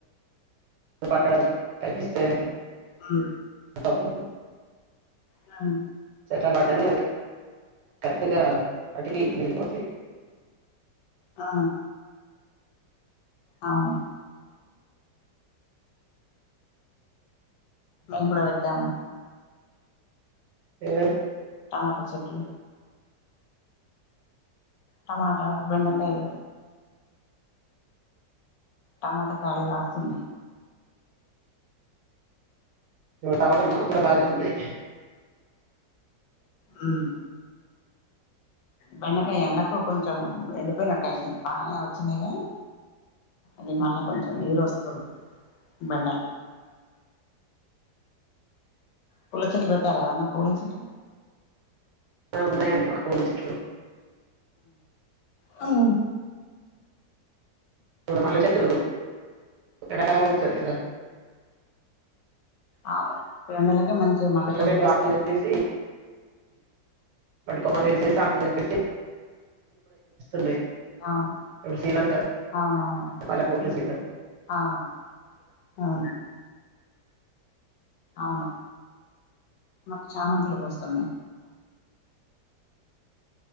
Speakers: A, on the right; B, on the left.
A: పట్ట కపిస్తే
B: ఉమ్
A: పోతలేదు
B: అ
A: అట్ల పడ్తే కరెక్ట్గా అతికి విరిగిపోతయి.
B: ఆ అవును. లొంగుల పెట్టాము.
A: ఏ
B: టమాటో చెట్లు టమాట బెండకాయలు టమాటాకాయలు కాస్తున్నాయి
A: ఇదా టమాట మాకు కూడా బాగానే ఉన్నాయి
B: ఉమ్ బండకాయ ఎండకో కొంచెం ఎండిపోయినట్టాయినై బాగానే వచ్చినాయి కానీ ఇది మళ్ళ కొంచెం ఇగురు వస్తుంది బెండ పుల చెట్లు పెట్టారా ఏమన్నా పూల చెట్లు
A: ఆ ఉన్నాయండి మాకు పూల చెట్లు
B: ఉమ్
A: ఇప్పుడు మల్లె చెట్టు ఎండాకాలమే పూస్తది కదా
B: అవును రెండు నెలలకే మంచి మల్లెపూలు
A: మల్లె చెట్టు
B: పూస్తాయి
A: ఆకులు తెంపేసి వాటి కొమ్మలు ఇరిచేసి ఆకులు తెంపేసి న్న ఎ
B: అవును
A: సీజన్ గదా
B: అవునవును
A: మల్లెపూల సీజన్
B: అవును ఆహా అవును మాకు చామంతులు పుస్తున్నాయ్